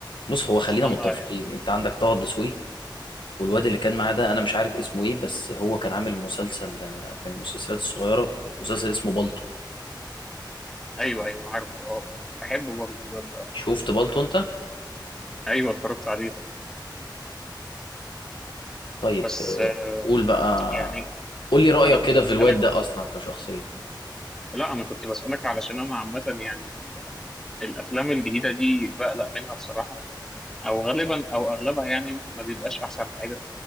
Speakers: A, on the left; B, in the centre.
A: بص هو خلينا
B: اصلا
A: متفقين
B: اه يعني
A: انت عندك طه الدسوقي والواد اللي كان معاه ده انا مش عارف اسمه ايه بس هو كان عامل مسلسل آه، من المسلسلات الصغيره مسلسل اسمه بالطو
B: ايوه ايوه عارفه اه بحبه برضه بجد اه
A: شفت بالطو انت
B: ايوه اتفرجت عليه طبعا
A: طيب
B: بس
A: آه،
B: آه،
A: قول بقى
B: يعني
A: قول لي رايك
B: انا كنت
A: كده
B: بسألك
A: في الواد ده اصلا كشخصيه
B: لا انا كنت بسألك علشان انا عامة يعني ال- الافلام الجديدة دي بقلق منها بصراحة او غالبا او اغلبها يعني ما بيبقاش احسن حاجة